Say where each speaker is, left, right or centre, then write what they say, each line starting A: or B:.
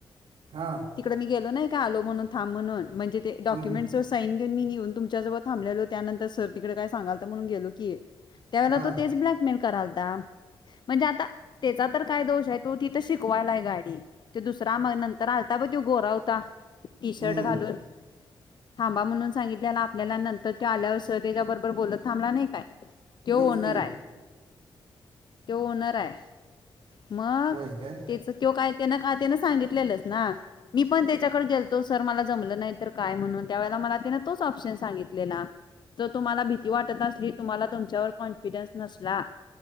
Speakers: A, on the right (about 75°); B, on the left (about 55°).
A: हा.
B: तिकडे मी गेलो नाही का आलो म्हणून थांब म्हणून म्हणजे ते डोकमेंट्स
A: हं.
B: च साईन घेऊन मी येऊन तुमच्या जवळ थांबलेलो त्यानंतर सर तिकडे का सांगाल तर म्हणून गेलो की. त्यावेळेला
A: हां.
B: तो तेच ब्लॅकमेल करालता. म्हणजे आता त्याचा तर काय दोष आहे तो तिथं शिकवायला आहे गाडी ते दुसरा मग नंतर आलता बघ तो गोरा होता टी शर्ट
A: हं.
B: घालून. थांबा म्हणून सांगितलेला आपल्याला नंतर तो आल्यावर सर त्याच्या बरोबर बोलत थांबला नाही काय. त्यो
A: तेच
B: ओनर
A: की.
B: आहे. तो ओनर आहे मग
A: होय काय?
B: त्याचा त्यो काय त्यांनां का त्यान सांगितलेलंस ना. मी पण त्याच्याकडे गेलतो सर मला जमलं नाही तर काय म्हणून त्यावेेळेला मला तिने तोच ऑप्शन सांगितलेला. तर तुम्हाला भीती वाटत असली तुम्हाला तुमच्यावर कॉन्फिडन्स नसला